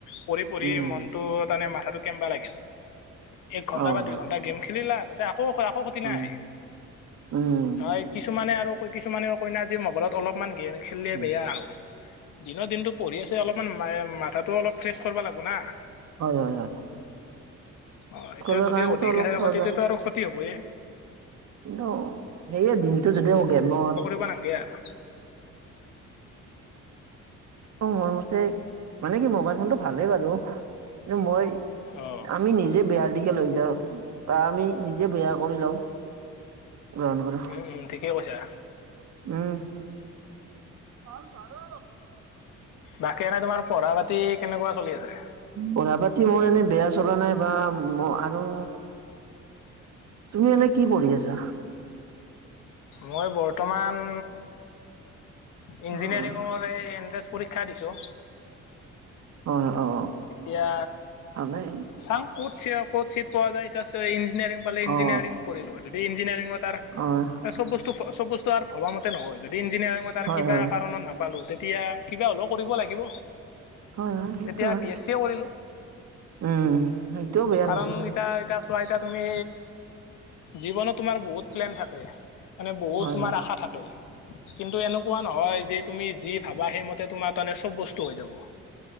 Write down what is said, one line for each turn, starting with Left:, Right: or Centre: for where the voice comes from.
Left: পঢ়ি পঢ়ি
Right: উম,
Left: মনতটো তাৰমানে মাথাটো কেনবা লাগিল এক
Right: অ',
Left: ঘণ্টা বা দুই ঘণ্টা গেম খেলিলা তাতে আকৌ আকৌ ক্ষতি
Right: উম।
Left: নাই
Right: উম,
Left: নহয় কিছুমানে আৰু কয় কিছুমানে কয় না আজি মোবাইলত অলপমান গেম খেলিলে
Right: উম,
Left: বেয়া। দিনৰ দিনতটো পঢ়ি আছে অলপমান মাথাটো অলপ ফ্ৰেচ কৰবা লাগবনা।
Right: হয় হয় হয়।
Left: হয়, এতিয়া
Right: কৰিবৰ
Left: যদি
Right: কাৰণেতো
Left: অধিক
Right: অলপ
Left: এঠাই
Right: সহজ
Left: থকা তেতিয়াতো
Right: হয়,
Left: আৰু ক্ষতি হবয়ে।
Right: কিন্তু সেয়ে দিনটো যদি মোৰ গেমত
Left: কুৱা নাংগে আৰো।
Right: অ মই মতে মানে কি মোবাইল ফোনটো ভালেই বাৰু, এইটো মই
Left: অ
Right: আমি নিজে বেয়াৰ দিশে লৈ যাওঁ বা আমি নিজে বেয়া কৰি লওঁ। গ্ৰহণ কৰোঁ,
Left: উম উম ঠিকেই কৈছা
Right: উম। <inaudible>
Left: বাকী এনে তোমাৰ পঢ়া পাতি কেনেকুৱা চলি আছে?
Right: পঢ়া পাতি মোৰ এনেই বেয়া চলা নাই বা ম আৰু তুমি এনে কি পঢ়ি আছা?
Left: মই বৰ্তমান ইঞ্জিনিয়াৰিঙৰ
Right: অ',
Left: বাবে এন্তেৰেঞ্চ পৰীক্ষা দিছো।
Right: হয় অ
Left: এতিয়া
Right: ভালেই,
Left: চাওঁ কত কত চিত পোৱা যায় এতিয়া ইঞ্জিনিয়াৰিং পালে ইঞ্জিনিয়াৰিং
Right: অ',
Left: কৰিলো যদি ইঞ্জিনিয়াৰিঙৰ তাৰ
Right: অ',
Left: তাৰ চব বস্তু চব বস্তু আৰু ভবা মতে নহয় যদি ইঞ্জিয়াৰং মতে তাৰ
Right: হয়,
Left: কিবা
Right: হয়,
Left: কাৰণত নাপালো তেতিয়া কিবা হ'লেও কৰিব লাগিব
Right: হয়, হয়, সেইটো
Left: তেতিয়া
Right: হয়।
Left: বি চি এ কৰিলো
Right: উম সেইটোয়ও বেয়া
Left: কাৰণ
Right: নহয় বাৰু।
Left: এতিয়া এতিয়া চোৱা এতিয়া তুমি জীৱনত তোমাৰ বহুত প্লেন থাকে। মানে বহুত
Right: হয়,
Left: তোমাৰ
Right: হয়।
Left: আশা থা কে কিন্তু এনেকুৱা নহয় যে তুমি যি ভাবা সেইমতে তোমাৰ তাৰমানে চব বস্তু হৈ যাব।